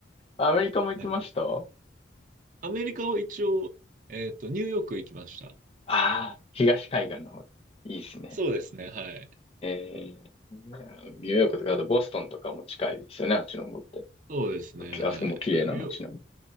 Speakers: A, on the left (about 30°); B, on the right (about 45°).
A: アメリカも行きましたあ
B: なんかみアメリカは一応、えっと、ニューヨーク行きました。
A: あ東海岸の方。いいですね。
B: そうですね、はい。
A: えー、ニューヨークとか、あとボストンとかも近いですよね、あっちの方って。
B: そうですね、
A: きあそこも綺麗な街並み。
B: はい。ニューヨーク、